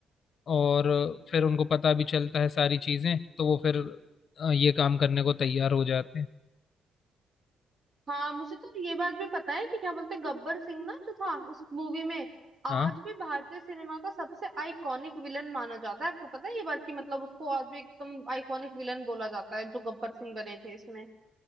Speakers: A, on the left (about 55°); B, on the right (about 40°).
A: और फिर उनको पता भी चलता है सारी चीजें तो वो फिर अ, ये काम करने को तैयार हो जाते हैं
B: हाँ मुझे तो ये बात भी पता है कि क्या बोलते हैं, गब्बर सिंह ना जो था उस मूवी में आज
A: हाँ
B: भी भारतीय सिनेमा का सबसे आइकॉनिक विलन माना जाता है आपको पता है ये बात कि मतलब उसको आज भी एकदम आइकॉनिक विलन बोला जाता है जो गब्बर सिंह बने थे इसमें